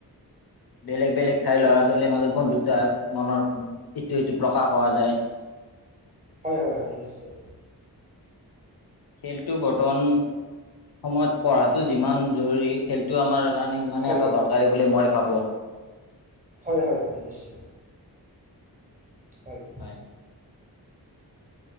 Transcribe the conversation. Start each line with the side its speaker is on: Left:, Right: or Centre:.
Left: বেলেগ বেলেগ ঠাইৰ ল'ৰা ছোৱালীৰ মাজত বন্ধুত্ব মনৰ ইটো সিটো প্ৰকাশ হোৱা যায়।
Right: হয় হয় হয় নিশ্চয়
Left: খেলটো বৰ্তমান সময়ত পঢ়াটো যিমান জৰুৰী খেলটো আমাৰ কাৰণে সিমানে
Right: হয়
Left: এটা
Right: হয়
Left: দৰকাৰী বুলি মই ভাবোঁ।
Right: হয় হয় হয় নিশ্চয় হয়
Left: হয়